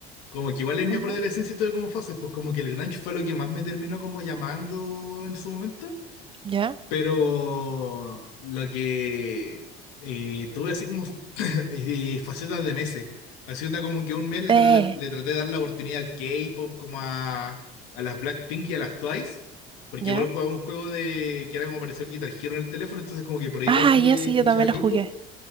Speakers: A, on the left; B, on the right.
A: como que igual en mi
B: Ujú.
A: adolescencia tuve como fases, pues como que el grunge fue lo que más me terminó como llamando en su momento.
B: ¿Ya?
A: Pero lo que eh, tuve así como fu- <laughs> <clears throat> eh, facetas de meses. Así onda como que un mes le
B: Sí.
A: traté, le traté de dar la oportunidad al K-pop, como a, a las Blackpink y a las Twice. Porque
B: ¿Ya?
A: igual jugaba un juego de que era como pareció el Guitar Hero en el teléfono, entonces como que por ahí
B: Ah,
A: igual como
B: ya
A: que
B: sí,
A: escuchaba
B: yo también
A: K-pop.
B: lo jugué.